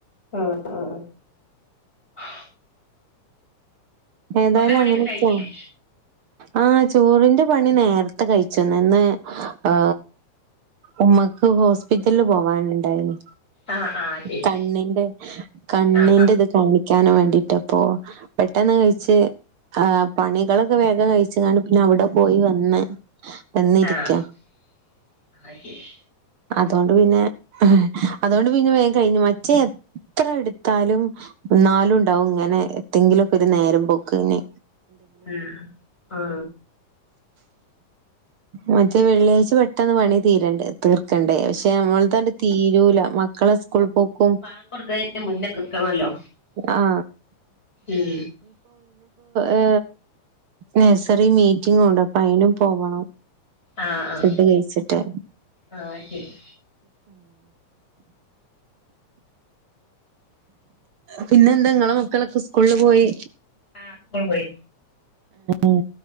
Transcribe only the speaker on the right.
ഏതായാലും
അങ്ങനെയൊക്കെയാണ്
ആഹ് ചോറിന്റെ പണി നേര്ത്തെ കഴിച്ച്ണ് ഇന്ന് ആ ഉമ്മക്ക് ഹോസ്പിറ്റലിൽ പോവാനുണ്ടായിനി
കണ്ണിന്റെ കണ്ണിന്റെ
ഇത് കാണിക്കാനും വേണ്ടി റ്റപ്പോ പെട്ടെന്ന് കഴി ച്ച് ആ പണികളൊക്കെ വേഗം കഴിച്ച്കാണ്ട് പിന്നെ അവിടെ പോയി വന്ന് വന്നിരിക്ക
അതോണ്ട് പിന്നെ അതൊണ്ട് പിന്നെ വേം കഴിഞ്ഞു മറ്റേ എത്ര എട്ത്താലും എന്നാലും ഇണ്ടാവും ഇങ്ങനെ എന്തെങ്കിലൊക്കെ ഒര് നേരം പോക്ക്ന്
മറ്റേ വെള്ളിയാഴ്ച പെട്ടെന്ന് പണി തീരണ്ടേ തീർക്കണ്ടേ പക്ഷെ നമ്മൾ തണ്ട് തീരൂല മക്കളെ സ്കൂൾ പോക്കും
ആ
ഏ നഴ്സറി മീറ്റിംഗുണ്ട് അപ്പൊ അയിനും പോകണം
ഫുഡ് കഴിച്ചിട്ട്
പിന്നെന്തങ്ങളെ മക്കളൊക്കെ സ്കൂളിൽ പോയി
ഉം